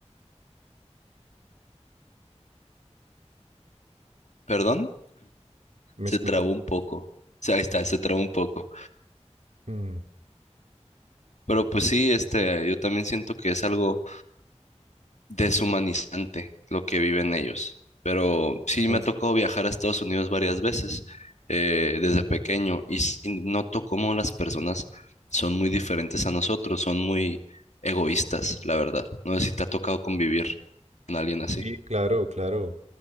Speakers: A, on the left (about 80°); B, on the right (about 75°).
A: ¿Perdón?
B: ¿Me
A: Se
B: escuchas?
A: trabó un poco. O sea, ahí está, se trabó un poco.
B: Mm,
A: Pero pues sí, este, yo también siento que es algo deshumanizante lo que viven ellos. Pero sí
B: ah,
A: me ha tocado viajar a Estados Unidos varias veces eh, desde pequeño y sí noto cómo las personas son muy diferentes a nosotros, son muy egoístas, la verdad. No sé si te ha tocado convivir con alguien así.
B: Sí, claro, claro.